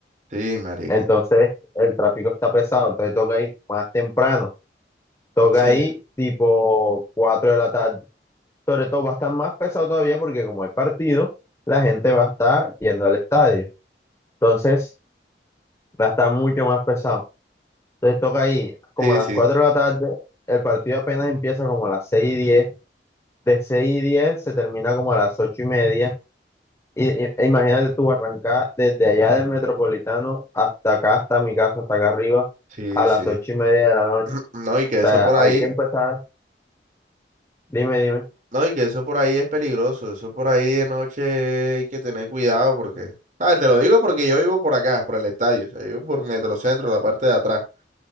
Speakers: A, on the right; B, on the left.
A: Sí, marica.
B: Entonces el tráfico está pesado, entonces toca ir más temprano. Toca
A: Sí,
B: ir tipo 4 de la tarde. Sobre todo va a estar más pesado todavía porque como hay partido, la gente va a estar yendo al estadio. Entonces va a estar mucho más pesado. Entonces toca ir como
A: sí,
B: a las
A: sí,
B: 4 de la tarde. El partido apenas empieza como a las 6 y 10. De 6 y 10 se termina como a las 8 y media. Y, y- e imagínate tú arrancar desde allá del Metropolitano hasta acá, hasta mi casa, hasta acá arriba,
A: sí,
B: a las
A: sí.
B: ocho y media de la noche.
A: <clears throat> No, y que
B: O
A: eso
B: sea,
A: por ahí,
B: hay que empezar. Dime, dime.
A: no, y que eso por ahí es peligroso. Eso por ahí de noche hay que tener cuidado porque, ah, te lo digo porque yo vivo por acá, por el estadio, o sea, yo vivo por Metrocentro, la parte de atrás,